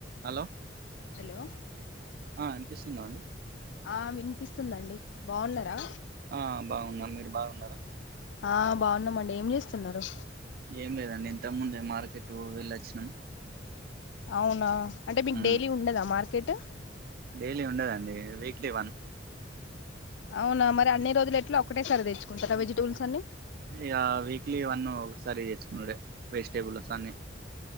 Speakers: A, on the right; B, on the left.
A: hello
B: hello
A: ఆ వినిపిస్తుందా అండి
B: ఆ వినిపిస్తుందండి బాగున్నారా
A: ఆ బాగున్నం మీరు బాగున్నారా
B: ఆ బాగున్నామండి ఏం చేస్తున్నారు
A: ఏం లేదండి ఇంతకు ముందే మార్కెట్ వెళ్ళొచ్చినాం
B: అవునా అంటే మీకు డైలీ
A: మ్
B: ఉండదా మార్కెట్
A: డైలీ ఉండదండి వీక్లీ వన్
B: అవునా మరి అన్ని రోజులు ఎట్లా ఒకటే సారి తెచ్చుంటారా వెజిటబుల్స్ అన్ని
A: ఇగ వీక్లీ వన్ ఒకసారి తెచ్చుకొనుడే వెజిటేబుల్స్ అన్ని